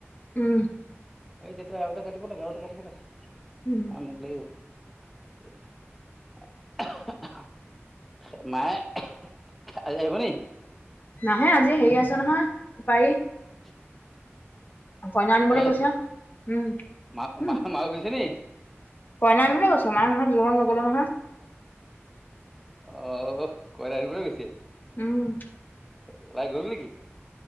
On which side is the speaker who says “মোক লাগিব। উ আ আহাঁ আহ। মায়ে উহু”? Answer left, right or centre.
Centre